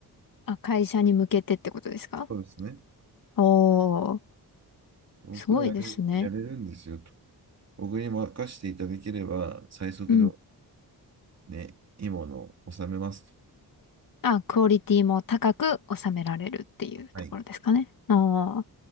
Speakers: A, on the left; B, on the right.
A: あ、会社に向けてってことですか
B: そうですね。
A: おー、
B: 僕はやれ、
A: すごいですね。
B: やれるんですよと。僕に任せていただければ最速で
A: うん。
B: ね、いいものを収めますと。
A: あ、クオリティも高く収められるっていうところですかね。
B: はい。
A: あー